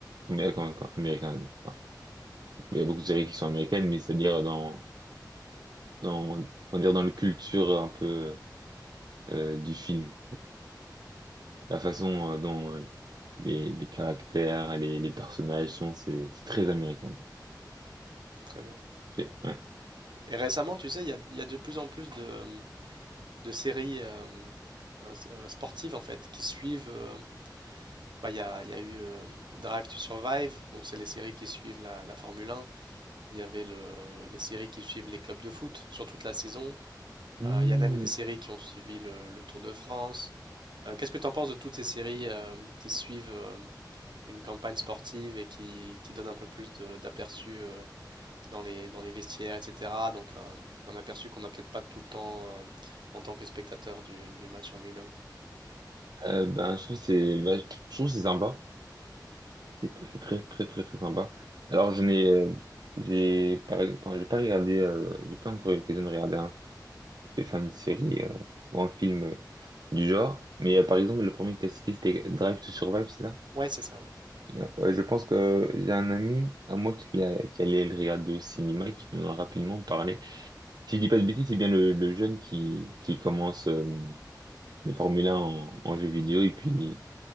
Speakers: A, on the right (about 65°); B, on the right (about 90°).
A: Mais euh, quand, quand- américain, enfin, il y a beaucoup de séries qui sont américaines, mais c'est-à-dire dans, dans, on va dire dans la culture un peu euh, du film. La façon euh, dont euh, les, les caractères, les, les personnages sont, c'est c'est très américain. quoi.
B: très bien.
A: C'est- Ouais.
B: Et récemment, tu sais, il y a, il y a de plus en plus de, de séries euh, euh, s- euh, sportives en fait qui suivent. euh, bah, il y a, il y a eu euh, Drive to Survive, donc c'est les séries qui suivent la, la Formule 1. Il y avait le, euh, les séries qui suivent les clubs de foot sur toute la saison.
A: Hmm,
B: Euh, il y a même des séries qui ont suivi le, le Tour de France. Euh, qu'est-ce que tu en penses de toutes ces séries euh, qui suivent euh, une campagne sportive et qui, qui donnent un peu plus de- d'aperçu euh, dans les, dans les vestiaires, etc. Donc un, un aperçu qu'on n'a peut-être pas tout le temps euh, en tant que spectateur du, du match en lui-même.
A: euh, ben, je trouve que c'est ben, je trouve que c'est sympa. C'est tr- c'est très très très très sympa. Alors je n'ai euh, j'ai pas enfin, j'ai pas regardé euh, j'ai pas encore eu l'occasion de regarder un, euh, enfin, une série euh, ou un film euh, du genre. Mais euh, par exemple le premier que t'as cité c'était Drive to Survive, c'est ça?
B: Ouais, c'est ça. ouais.
A: Euh, Ouais, je pense que j'ai un ami à moi qui l'a qui allait le regarder au cinéma et qui m'en a rapidement parlé. Si je dis pas de bêtises, c'est bien le, le jeune qui, qui commence euh, le Formule 1 en, en jeu vidéo et puis